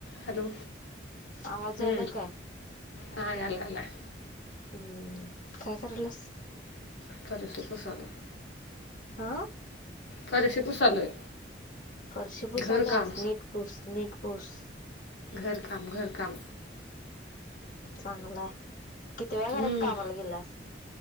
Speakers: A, on the left; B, on the left.
A: हॅलो
B: आवाज
A: हू
B: आलाय काय
A: हा यालागलाय
B: हू काय कराल्यास
A: <unintelligible>
B: आ
A: फरशी पुसालोय
B: फरशी पुसाल्यास
A: घर काम
B: नीट पुस नीट पुस
A: घर काम घर काम
B: चांगलंय कितव्या
A: हम्म
B: घरात कामाला गेल्यास